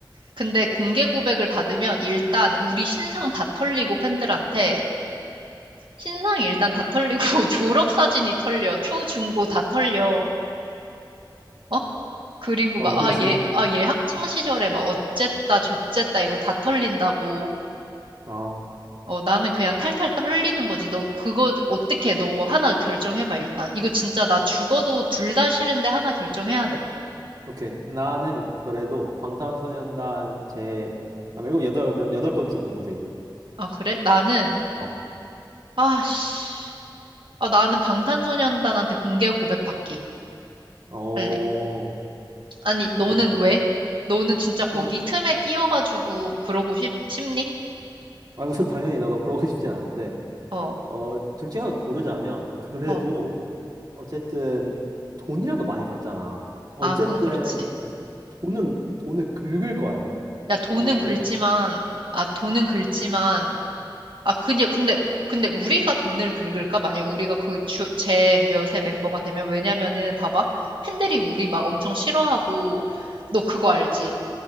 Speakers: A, on the right; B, on the right.
A: 근데 공개 고백을 받으면 일단 우리 신상 다 털리고 팬들한테 신상 일단 다 털리고 <laughs> 졸업 사진이 털려. 초, 중, 고 다 털려. 어? 그리고
B: 어,
A: 막, 아,
B: 그치.
A: 얘, 아, 얘 학창 시절에 막 어쨌다, 저쨌다, 이거 다 털린다고.
B: 아,
A: 어, 나는 그냥 탈탈 털리는 거지. 너, 그거 어떻게 해? 너뭐 하나 결정해봐, 일단. 이거 진짜 나 죽어도 둘 다 싫은데 하나 결정해야 돼.
B: 오케이. 나는 그래도 방탄소년단 제, 아, 말고 여덟, 명- 여덟 번째 멤버 되기.
A: 아, 그래? 나는,
B: 어.
A: 아, 씨. 아, 나는 방탄소년단한테 공개 고백 받기
B: 어,
A: 할래. 아니,
B: 오케이.
A: 너는 왜? 너는 진짜 거기
B: 어,
A: 틈에 끼어가지고 그러고 싶, 싶니?
B: 아, <laughs> 당연히 나도 그러고 싶진 않은데,
A: 어,
B: 어, 둘 중에 하나 고르자면, 그래도
A: 어.
B: 어쨌든 돈이라도 많이 받잖아. 어쨌든
A: 아, 그건 그렇지.
B: 돈은 돈을 긁을 거 아니야.
A: 나 돈은
B: 왜- 왜-
A: 긁지만,
B: 아,
A: 아, 돈은 긁지만, 아, 근데, 근데, 근데 우리가 돈을 긁을까? 만약에 우리가 그 주, 제 몇의 멤버가 되면, 왜냐면은, 봐봐. 팬들이 우리 막 엄청 싫어하고, 너 그거 알지?